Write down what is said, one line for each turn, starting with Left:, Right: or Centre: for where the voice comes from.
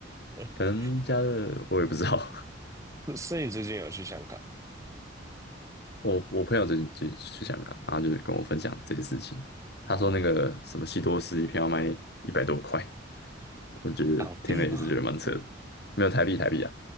Right: <laughs>
Left: 可能加热我也不知道。
Right: 所以你最近有去香港？
Left: <laughs> 我我朋友最近去去香港，然后就是跟我分享这些事情，他说那个什么西多士一片要卖一百多块，
Right: 哦，
Left: 我觉得听了也是觉得蛮扯的，
Right: 港币吗？
Left: 没有台币台币啊，